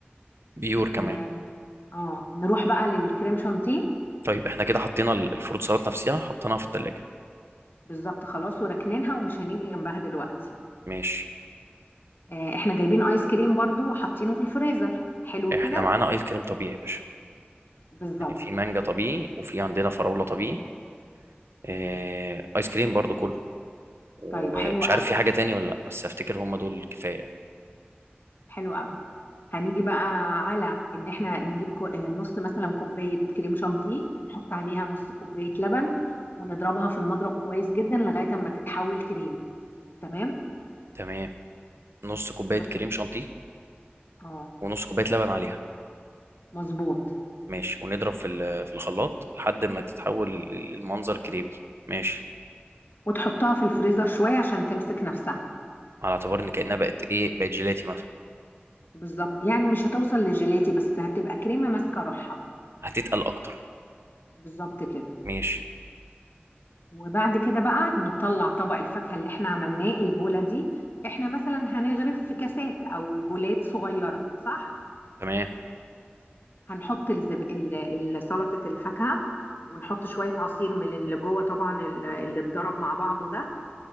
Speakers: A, on the right; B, on the left.
A: بيور كمان
B: اه آه. نروح بقى للكريم شانتيه
A: طيب احنا كده حطينا ال- الفروت سلطه نفسها حطيناها في الثلاجه
B: بالظبط خلاص وركنينها ومش هنيجي جنبها دلوقتي
A: ماشي
B: آه، احنا جايبين ايس كريم برضو حاطينه في الفريزر حلو
A: احنا
B: كده
A: معانا ايس كريم طبيعي يا باشا
B: بالظبط
A: يعني في مانجا طبيعي وفي عندنا فراوله طبيعي آه، ايس كريم برضو كله ومش
B: طيب حلو قوي
A: عارف في حاجه تاني ولا لا بس افتكر هم دول كفايه
B: حلو قوي هنيجي بقى على ان احنا نجيب كو... آه، نص مثلا كوبايه كريم شانتيه نحط عليها نص كوبايه لبن ونضربها في المضرب كويس جدا لغايه اما تتحول كريمي تمام
A: تمام نص كوبايه
B: وتحط
A: كريم شانتيه
B: اه
A: ونص كوبايه لبن عليها
B: مظبوط
A: ماشي ونضرب في ال- في الخلاط لحد ما تتحول ال- ال- المنظر كريمي ماشي
B: وتحطها في الفريزر شويه عشان تمسك نفسها
A: على اعتبار ان كأنها بقت ايه بقت جيلاتي مثلا
B: بالظبط يعني مش هتوصل لجيلاتي بس هتبقى كريمه ماسكه روحها
A: هتتقل اكتر
B: بالظبط كده
A: ماشي
B: وبعد كده بقى نطلع طبق الفاكهه اللي احنا عملناه البوله دي احنا مثلا هنغرف في كاسات او بولات صغيره صح
A: تمام
B: هنحط الزب... ال- ال- سلطة الفاكهة ونحط شوية عصير من اللي جوه طبعا ال- اللي اتضرب مع بعضه ده